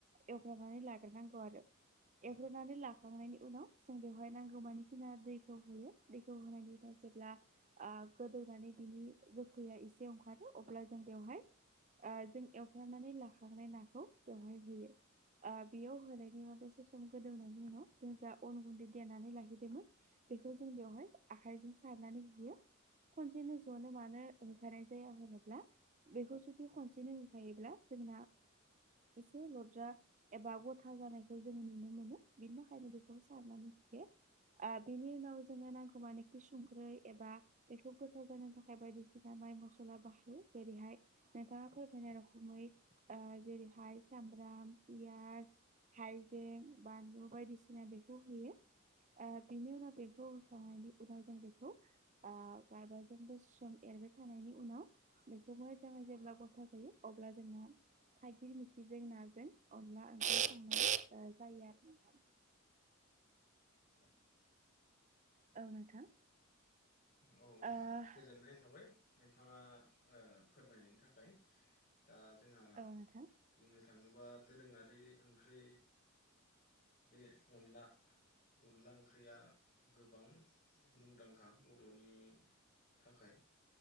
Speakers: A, on the right (about 35°); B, on the left (about 45°).
A: एवग्रोनानै लागोर नांगौ आरो
B: औ
A: एवग्रोनानै लाखांनायनि उनाव जों बेवहाय नांगौमानि खिना दैखौ होयो दैखौ होनायनि जेब्ला आ गोदौनानै बिनि गोखैया एसे ओंखारखारो अब्ला जों बेवहाय ओ जों एवफ्रांनानै लाखांनाय नाखौ बेवहाय होयो ओ बेयाव होनायनि माबा सम गोदौनायनि उनाव जों जा अन गुन्दै देनानै लाहैदोंमोन बेखौ जों बेवहाय आखायजों सारनानै होयो खनसेनो जनो मानो <inaudible> जाया होनोब्ला बेखौ जुदि खनसेनो होखायोब्ला जोंना एसे लद्रा एबा गथा जानायखौ जोङो नुनो मोनो बिनि थाखायनो बेखौ सारनानो होयो ओ बिनि उनाव जोङो नांगौ मानि कुसुं ख्रै एबा बेखौ गोथाव जानो थाखाय बायदिसिना बाइ मसला बाहायो जेरै'हाय नोंथाङा फोरमायनाय रोखोमै ओ जेरैहाय सामब्राम, पियास हाइजें, बानलु बायदिसिना बेखौ होयो। ओ बेनि उनाव बेखौ जानायनि उनाव जों बेख ओ गारबाजों दसे सम एरबाय थानायनि उनाव बेखौनो जों जेब्ला गथ जायो अब्ला जोंना थाइगिर मोखिजों नाजों अनला <unintelligible> जायो आरो <unintelligible>
B: <inaudible>
A: औ नोंथां।
B: औ
A: औ
B: गोजोननाय थाबाय नोंथाङा ओ फोरमायनायनि थाखाय दा जोंहा
A: नोंथां
B: बुंनो थाङोबा दोरोङारि ओंख्रि बे अनला अनला ओंख्रिया गोबां मुंदांखा बर'नि थाखाय